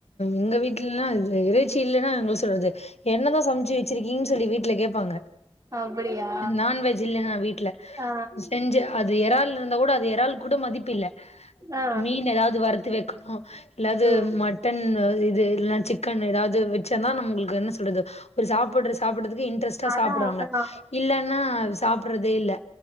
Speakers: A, on the left (about 80°); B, on the right (about 30°).
A: எங்க வீட்லலா இறைச்சி இல்லனா என்ன சொல்றது என்னதா சமைச்சு வச்சுருக்கீங்னு சொல்லி வீட்ல கேப்பாங்க
B: அப்படியா
A: நான்வெஜ் இல்லனா வீட்ல
B: ஆ
A: செஞ்சு அது எறால் இருந்தா கூட அது எறால் கூட மதிப்பு இல்ல
B: ஆ
A: மீன் ஏதாது வறுத்து வெக்கணு இல்ல அது
B: ம்
A: மட்டன் இது இல்லனா சிக்கன் ஏதாது வெச்சனா நம்ளுக்கு என்ன சொல்றது ஒரு சாப்புட்ற சாப்புட்றதுக்கு இன்ட்ரெஸ்ட்டா
B: அதா
A: சாப்புடுவாங்க
B: அதா
A: இல்லன்னா சாப்பிட்றதே இல்ல